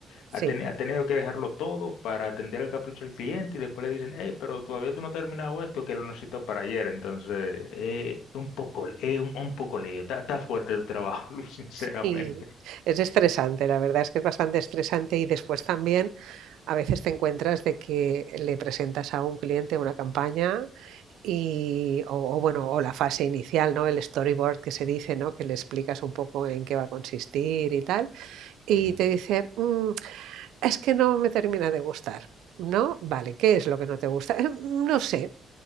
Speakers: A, on the right; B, on the left.
A: Sí,
B: ha, teni- ha tenido que dejarlo todo para atender el capricho del cliente y después le dicen, hey, pero todavía tú no has terminado esto que lo necesito para ayer. Entonces, eh, es un poco, es un, un poco lío. Está, está fuerte el trabajo, <laughs> sinceramente.
A: sí, y es estresante, la verdad es que es bastante estresante y después también a veces te encuentras de que le presentas a un cliente una campaña y o, o bueno, o la fase inicial, ¿no? El storyboard que se dice, ¿no? Que le explicas un poco en qué va a consistir y tal, y
B: Ujú,
A: te dice, "Mm, es que no me termina de gustar. ¿No? Vale, ¿qué es lo que no te gusta? "Eh, no sé.